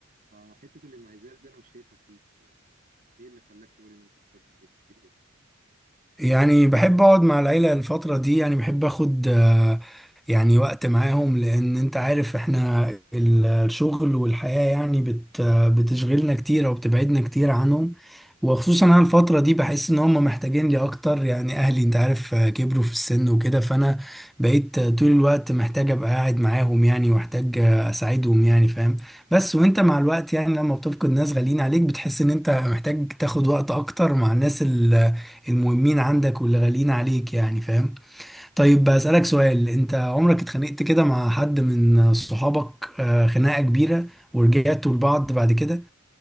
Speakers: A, on the right; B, in the centre.
A: فحته الانعزال دي انا مش شايفها فيك ايه اللي خلاك تقول ان انت بتحب البيت كتير جدا
B: يعني بحب اقعد مع العيلة الفترة دي يعني بحب اخد آه، يعني وقت معاهم لان انت عارف احنا ال- الشغل والحياة يعني بت آه، بتشغلنا كتير او بتبعدنا كتير عنهم وخصوصا انا الفترة دي بحس ان هم محتاجين لي اكتر يعني اهلي انت عارف آه، كبروا في السن وكده فانا بقيت آه، طول الوقت محتاج ابقى قاعد معاهم يعني واحتاج آه، اساعدهم يعني فاهم بس وانت مع الوقت يعني لما بتفقد ناس غاليين عليك بتحس ان انت محتاج تاخد وقت اكتر مع الناس المهمين عندك واللي غاليين عليك يعني فاهم طيب بسألك سؤال انت عمرك اتخانقت كده مع حد من صحابك آه، خناقة كبيرة ورجعتوا لبعض بعد كده